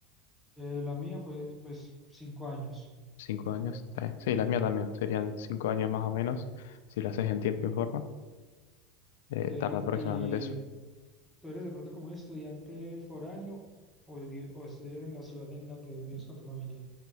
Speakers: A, in the centre; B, on the left (about 80°).
A: Eh, la mía fue pues cinco años.
B: Cinco años, está bien. Sí, la mía también, serían cinco años más o menos, si lo haces en tiempo y forma. Eh,
A: Ok,
B: tarda aproximadamente
A: ¿y
B: eso.
A: tú eres de pronto como un estudiante foráneo o, vivi- o estudias en la ciudad en la que vives con tu familia?